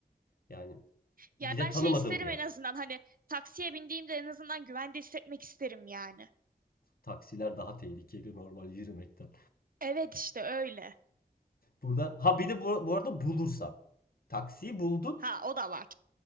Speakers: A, on the left; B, on the right.
A: Yani
B: Yani
A: bir de
B: ben
A: tanımadığın
B: şey isterim
A: bir yer.
B: en azından hani taksiye bindiğimde en azından güvende hissetmek isterim yani.
A: Taksiler daha tehlikeli normal yürümekten.
B: Evet işte öyle.
A: Burada ha bir de bu, bu arada bulursan. Taksiyi buldun.
B: Ha o da var.